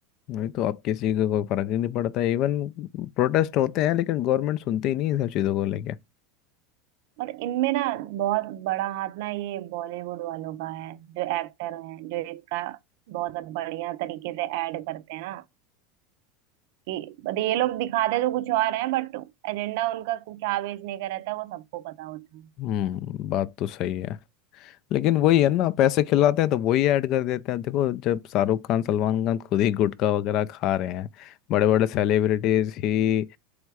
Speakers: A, on the left; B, on the right.
A: नहीं तो अब किसी को कोई फर्क ही नहीं पड़ता इवन प्रोटेस्ट होते हैं लेकिन गवर्नमेंट सुनती ही नहीं इन सब चीज़ों को लेके
B: और इनमें ना बहुत बड़ा हाथ ना ये बॉलीवुड वालों का है जो एक्टर हैं जो इसका बहुत बढ़िया तरीके से ऐड करते हैं ना कि but ये लोग दिखाते तो कुछ और है बट एजेंडा उनका क्या बेचने का रहता है वो सबको पता होता है
A: हम्म बात तो सही है लेकिन वही है ना पैसे खिलाते हैं तो वही ऐड कर देते हैं देखो जब शाहरुख खान सलमान खान खुद ही गुटखा वगैरह खा रहे हैं बड़े बड़े सेलिब्रिटीज ही